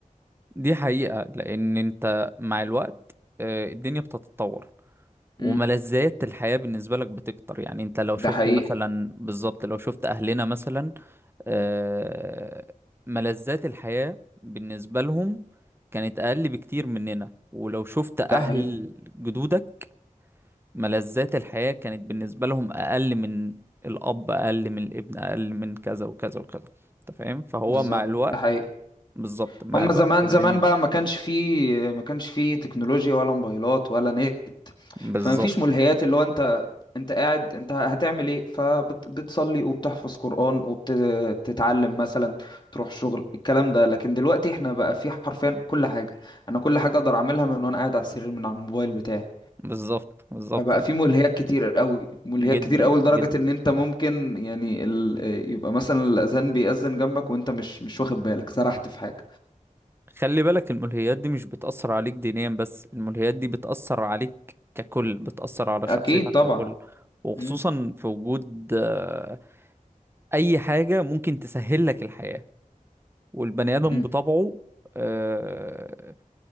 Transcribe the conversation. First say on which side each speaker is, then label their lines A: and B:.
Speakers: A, on the right; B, on the left.
A: دي حقيقة لأن أنت مع الوقت آه، الدنيا بتتطور وملذات
B: امم
A: الحياة بالنسبة لك بتكتر يعني أنت لو
B: ده
A: شفت
B: حقيقي
A: مثلا بالظبط لو شفت أهلنا مثلا آه، ملذات الحياة بالنسبة لهم كانت أقل بكتير مننا ولو شفت أهل
B: ده حقيقي
A: جدودك ملذات الحياة كانت بالنسبة لهم أقل من الأب أقل من الابن أقل من كذا وكذا وكذا أنت فاهم فهو
B: بالظبط
A: مع الوقت
B: ده حقيقي
A: بالظبط مع
B: هما
A: الوقت
B: زمان
A: الدنيا
B: زمان بقى ما كانش فيه ما كانش فيه تكنولوجيا ولا موبايلات ولا نت
A: بالظبط
B: فما فيش ملهيات اللي هو انت انت قاعد انت هتعمل ايه فبتصلي وبتحفظ قرآن وبتتعلم مثلا تروح شغل الكلام ده لكن دلوقتي احنا بقى في حرفيا كل حاجة انا كل حاجة اقدر اعملها من وانا قاعد على السرير من على الموبايل بتاعي
A: بالظبط بالظبط
B: فبقى في ملهيات كتير قوي ملهيات
A: جدا
B: كتير قوي لدرجة
A: جدا
B: ان انت ممكن يعني ال... يبقى مثلا الاذان بيأذن جنبك وانت مش مش واخد بالك سرحت في حاجة
A: خلي بالك الملهيات دي مش بتأثر عليك دينيا بس الملهيات دي بتأثر عليك ككل بتأثر على شخصيتك
B: اكيد طبعا
A: ككل وخصوصا
B: مم.
A: في وجود آه، أي حاجة ممكن تسهل لك الحياة والبني آدم
B: مم.
A: بطبعه آه،